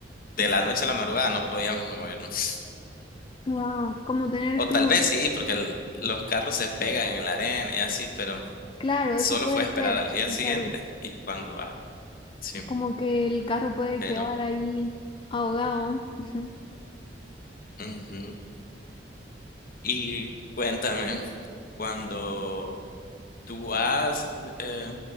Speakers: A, on the left (about 55°); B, on the left (about 30°).
A: de la noche a la madrugada no podíamos movernos.
B: Wow, como tener
A: O
B: tú.
A: tal vez sí, porque el- los carros se pegan en la arena y así, pero
B: Claro, eso
A: solo
B: puede
A: fue esperar
B: ser.
A: al día
B: O
A: siguiente
B: sea, el-
A: y cuando baja. Sí,
B: como que el carro puede
A: pero.
B: quedar ahí ahogado. <laughs>
A: ujú. Y cuéntame, cuando tú vas, eh,